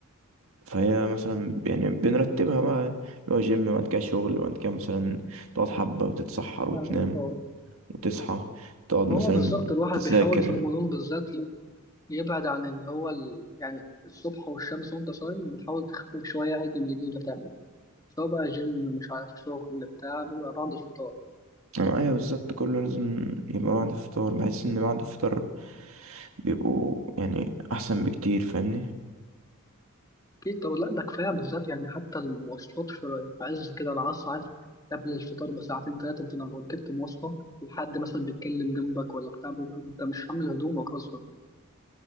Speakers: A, on the right (about 70°); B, on the left (about 15°).
A: فهي مثلا يعني بنرتبها بقى اللي هو جيم وبعد كده شغل وبعد كده مثلا تقعد حبة وتتسحر وتنام
B: فاهمك أه
A: وتصحى تقعد مثلا
B: هو بالظبط الواحد
A: تذاكر
B: بيحاول في رمضان بالذات يبعد عن اللي هو ال... يعني الصبح والشمس وأنت صايم بتحاول تخفف شوية أي جنب اللي أنت تعمله سواء بقى جيم مش عارف شغل بتاع بيبقى بعد الفطار.
A: آه، ايوه بالظبط كله لازم يبقى بعد الفطار بحس ان بعد الفطار بيبقوا يعني احسن بكتير فاهمني
B: أكيد طب لا ده كفاية بالذات يعني حتى المواصلات في في عز كده العصر عارف قبل الفطار بساعتين تلاتة أنت لو ركبت مواصلة وحد مثلا بيتكلم جنبك ولا بتاع بيبقى أنت مش حامل هدومك أصلا